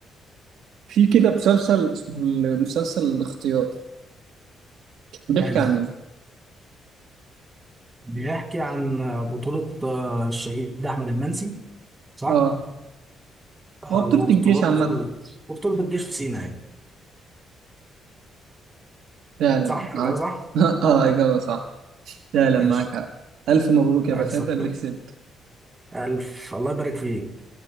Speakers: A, on the right (about 75°); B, on the right (about 20°).
A: في كده مسلسل اسمه المسلسل الاختيار بيحكي
B: حلو
A: عن ايه
B: بيحكي عن بطولة آه، الشهيد أحمد المنسي صح؟
A: اه هو
B: وبطولات
A: بطولة الجيش عامة
B: ال... وبطولة الجيش في سينا يعني
A: فعلا
B: صح
A: معاك
B: إجابة صح
A: <laughs> اه اجابه صح فعلا
B: ماشي
A: معاك حق. الف مبروك يا
B: أكسب
A: باشا انت اللي
B: كده
A: كسبت
B: ألف الله يبارك فيك